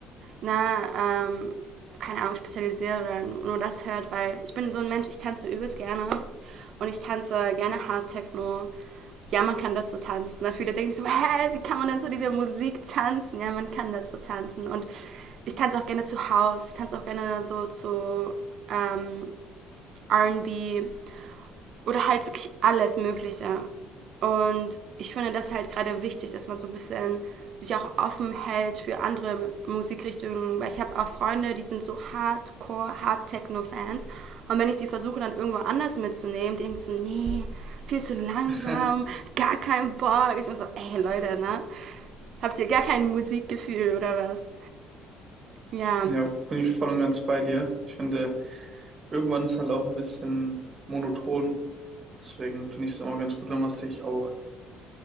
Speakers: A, on the right; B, on the right.
A: na, ähm, keine Ahnung, spezialisiert oder nur das hört, weil ich bin so ein Mensch, ich tanze übelst gerne und ich tanze gerne Hard Techno. Ja, man kann dazu tanzen. Ne? Viele denken so, hä, wie kann man denn so diese Musik tanzen? Ja, man kann dazu tanzen. Und ich tanze auch gerne zu House, ich tanze auch gerne so zu ähm, RB, oder halt wirklich alles Mögliche. Und ich finde das halt gerade wichtig, dass man so ein bisschen sich auch offen hält für andere Musikrichtungen, weil ich habe auch Freunde, die sind so Hardcore, Hard Techno Fans und wenn ich die versuche dann irgendwo anders mitzunehmen, denke ich so, nee, viel zu langsam,
B: <laughs>
A: gar kein Bock. Ich bin so, ey Leute, ne? Habt ihr gar kein Musikgefühl oder was? Ja,
B: Ja, bin ich voll und ganz bei dir. Ich finde, irgendwann ist halt auch ein bisschen monoton. Deswegen finde ich es immer ganz gut, wenn man sich auch,